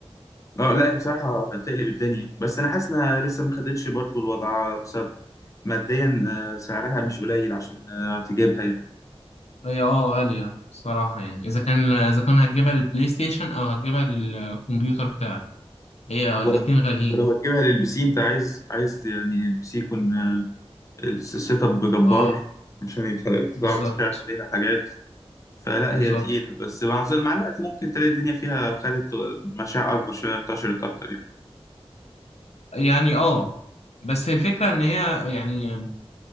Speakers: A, on the left; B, on the left.
A: اه لا هي بصراحة هتقلب الدنيا بس أنا حاسس إنها لسه ما خدتش برضو الوضع بسبب ماديا آه، سعرها مش قليل عشان آه، تجيبها يعني
B: هي اه غالية صراحة يعني إذا كان إذا كان هتجيبها للبلاي ستيشن أو هتجيبها للكمبيوتر بتاعك هي الاتنين
A: و-
B: غاليين
A: ولو هتجيبها للبي سي أنت عايز عايز يعني البي سي يكون آه، الس- السيت اب جبار
B: اه
A: عشان يت-
B: بالظبط
A: تعرف تشغل عليها حاجات فلا
B: بالظبط
A: هي تقيلة بس مع ظل- مع الوقت ممكن تلاقي الدنيا فيها خدت مشاع أكبر شوية انتشرت أكتر يعني
B: يعني اه بس الفكرة إن هي يعني